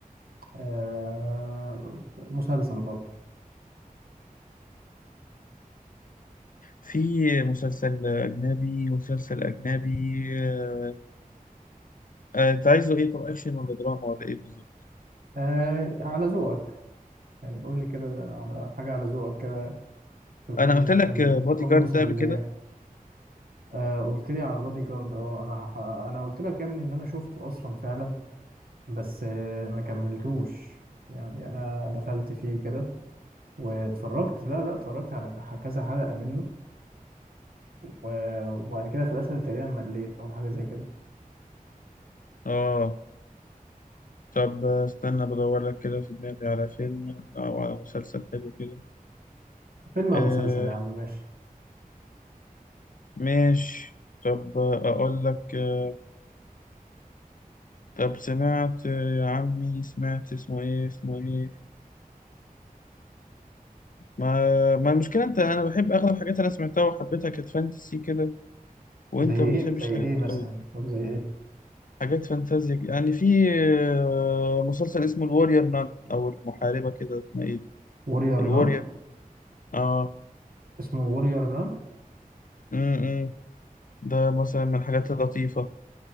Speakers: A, on the right; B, on the left.
A: آه مسلسل برضه
B: في مسلسل أجنبي مسلسل أجنبي آه، آه، أنت عايزه إيه طب أكشن ولا دراما ولا إيه بالظبط؟
A: آه على ذوقك يعني قول لي كده على حاجة على ذوقك كده تكون
B: أنا
A: مسل
B: قلت لك بودي
A: تكون
B: جارد
A: مسلية
B: ده قبل كده؟
A: آه قلت لي على بادي جارد اه انا هح... انا قلت لك يا ابني ان انا شفته اصلا فعلا بس آه ما كملتوش يعني انا دخلت فيه كده واتفرجت لا لا اتفرجت على ك- كذا حلقة منه و... وبعد كده في الاخر تقريبا مليت او حاجة زي كده
B: آه طب آه، استنى بدور لك كده في دماغي على فيلم أو على مسلسل حلو كده
A: فيلم او
B: آه
A: مسلسل يا عم ماشي
B: ماشي طب آه، أقول لك آه، طب سمعت آه، يا عمي سمعت اسمه إيه اسمه إيه؟ ما ما المشكلة أنت أنا بحب أغلب الحاجات اللي أنا سمعتها وحبيتها كانت فانتسي كده وأنت
A: زي ايه
B: ما بتحبش
A: زي
B: الحاجات
A: ايه
B: دي
A: مثلا
B: أوي
A: طب زي ايه
B: حاجات فانتازيا كده. يعني في آه، مسلسل اسمه الوارير نان او المحاربه كده اسمها ايه دي
A: وورير
B: الوارير
A: نون
B: اه
A: اسمه وورير نون
B: امم إمم. ده مثلا من الحاجات اللطيفه